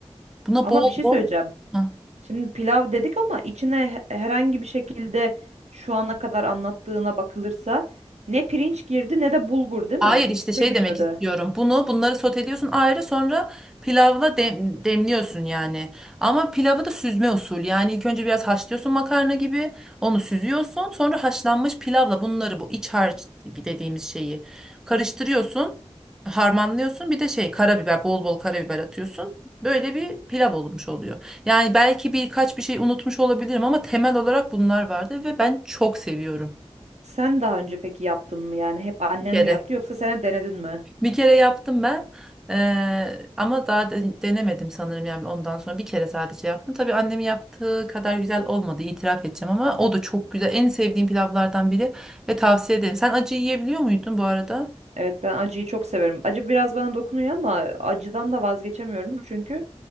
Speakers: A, in the centre; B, on the right (about 90°).
A: Buna
B: Ama
A: bol
B: bir şey
A: bol.
B: söyleyeceğim.
A: Hah.
B: Şimdi pilav dedik ama içine he- herhangi bir şekilde şu ana kadar anlattığına bakılırsa ne pirinç girdi ne de bulgur değil mi?
A: Hayır
B: İkisi
A: işte şey
B: de girmedi.
A: demek istiyorum. Bunu bunları soteliyorsun ayrı sonra pilavla dem- demliyorsun yani. Ama pilavı da süzme usul. Yani ilk önce biraz haşlıyorsun makarna gibi. Onu süzüyorsun. Sonra haşlanmış pilavla bunları bu iç harç dediğimiz şeyi karıştırıyorsun. Harmanlıyorsun. Bir de şey karabiber bol bol karabiber atıyorsun. Böyle bir pilav olmuş oluyor. Yani belki birkaç bir şey unutmuş olabilirim ama temel olarak bunlar vardı ve ben çok seviyorum.
B: Sen daha önce peki yaptın mı yani hep annen
A: Bir kere.
B: mi yaptı yoksa sen de denedin mi?
A: Bir kere yaptım ben Eee, ama daha de- denemedim sanırım yani ondan sonra bir kere sadece yaptım. Tabii annemin yaptığı kadar güzel olmadı itiraf edeceğim ama o da çok güzel en sevdiğim pilavlardan biri ve tavsiye ederim. Sen acı yiyebiliyor muydun bu arada?
B: Evet ben acıyı çok severim. Acı biraz bana dokunuyor ama acıdan da vazgeçemiyorum çünkü